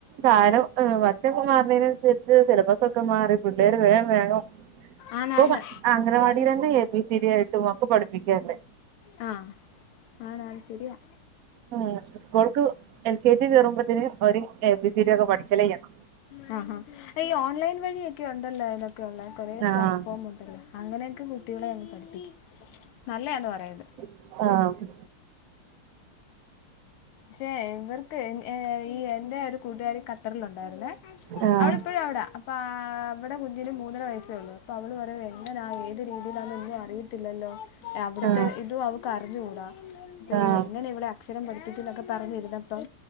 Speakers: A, on the right; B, on the left.
A: കാരം വർച്ചൊക്ക മാറതിനനുസരിച്ച് സിലബസ്സ ഒക്കെ മാറി <unintelligible>
B: ആന്നാന്ന്
A: അംഗനവാടീലന്നെ എ ബി സി ഡിയായിട്ടും ഒക്കെ പഠിപ്പിക്ക്ണ്ട് ആ
B: ങാ... അതാണ്.. ശെരിയാ.
A: ഉം.. സ്കൂൾക്ക് എൽ കെ ജി കേറുമ്പോത്ത്ന് ഓര് എ ബി സി ഡി യൊക്കെ പഠിക്കലയ്യണ്.
B: ങാ.. ഹാ.. ഈ ഓൺലൈൻ വഴിയൊക്കെണ്ടല്ലെ ഇതൊക്കെയൊ ള്ളേ? കൊറേ
A: ആഹ്
B: പ്ലാറ്റ്ഫോംമുണ്ടല്ലോ.. അങ്ങനെയൊക്കെ കുട്ടികളെയങ്ങ് പഠിപ്പിക്കും. നല്ലയാന്ന് പറയ്‌ന്ന്.
A: ങാ...
B: ക്ഷേ... ഇവർക്ക്.. ഈ.. എൻറെ ഒരു കൂട്ടുകാരി ഖത്തറിലുണ്ടായിരുന്നേ.
A: ആഹ്
B: അവളിപ്പഴും അവിടാ. അപ്പ.. അ... അവടെ കുഞ്ഞിന് മൂന്നര വയസ്സേള്ളു. അപ്പ അവള് പറയ എങ്ങനാ.. ഏത് രീതിയിലാന്നൊന്നും അറിയത്തില്ലല്ലോ. അവിടുത്തെ
A: ആഹ്
B: ഇതും അവക്ക് അറിഞ്ഞുകൂടാ. പിന്ന
A: ആഹ്
B: എങ്ങനെ ഇവളെ അക്ഷരം പഠിപ്പിക്കുന്നൊക്കെ പറഞ്ഞിരുന്നപ്പം,